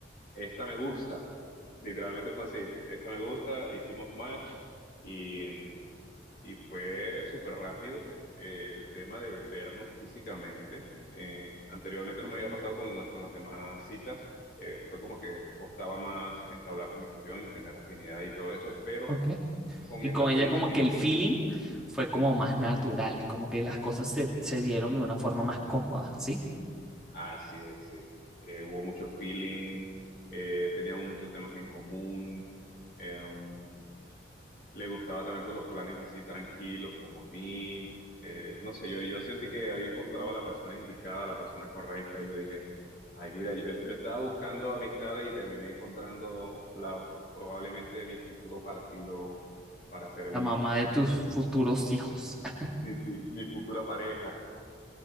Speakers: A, on the left; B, in the centre.
A: esta me gusta. Literalmente fue así, esta me gusta, hicimos match y, y fue súper rápido eh, el tema de vernos físicamente. Eh, anteriormente no me había pasado con, la- con las demás citas, eh, fue como que costaba más entablar conversación y tener afinidad y todo eso, pero
B: Ok.
A: con
B: Y
A: esta
B: con
A: fue
B: ella
A: distinto.
B: como que el feeling fue como
A: Ujú.
B: más natural, como que las cosas se, se dieron de una forma más cómoda, ¿sí?
A: Así es, sí. Eh, hubo mucho feeling, eh, teníamos muchos temas en común. eh, um, le gustaba también por los planes así tranquilos como a mí. Eh, no sé, yo, yo sentí que había encontrado a la persona indicada, a la persona correcta. Yo dije, ay, mira, yo, yo estaba buscando amistades y terminé encontrando la, probablemente mi futuro partido para ser mi,
B: La mamá de tus futuros hijos. <laughs>
A: sí, sí, mi futura pareja.